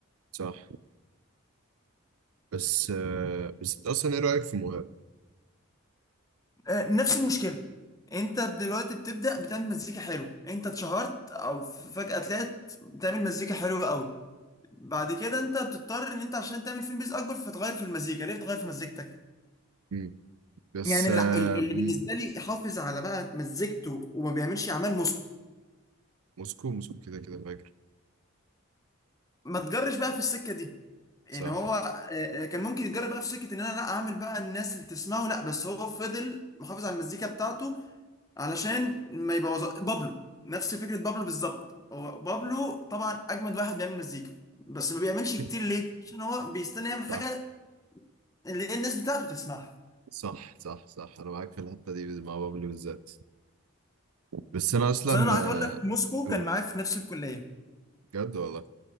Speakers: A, on the right; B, on the left.
A: صح بس آه، بس انت اصلا ايه رايك في مهاب
B: آه، نفس المشكله انت دلوقتي بتبدا بتعمل مزيكا حلو انت اتشهرت او فجاه طلعت بتعمل مزيكا حلوه قوي بعد كده انت بتضطر ان انت عشان تعمل فيلم بيز اكبر فتغير في المزيكا ليه بتغير في مزيكتك
A: مم. بس
B: يعني الل-
A: آه،
B: ال- اللي
A: مم.
B: بالنسبه لي يحافظ على بقى مزيكته وما بيعملش اعمال نص
A: موسكو موسكو كده كده فاجر
B: ما تجرش بقى في السكه دي يعني
A: صح
B: هو آه، آه، كان ممكن يتجرب بقى في سكه ان انا لا اعمل بقى الناس اللي تسمعه لا بس هو فضل محافظ على المزيكا بتاعته علشان ما يبوظ بابلو نفس فكرة بابلو بالظبط هو بابلو طبعا أجمد واحد بيعمل مزيكا بس ما بيعملش كتير
A: <laughs>
B: ليه؟ عشان هو بيستنى يعمل
A: صح
B: حاجة اللي هي الناس بتاعته تسمعها
A: صح صح صح انا معاك في الحته دي مع بابلو بالذات بس انا اصلا
B: أصل أنا عايز أقول لك
A: آه،
B: موسكو
A: قول
B: كان معايا في نفس الكلية
A: بجد والله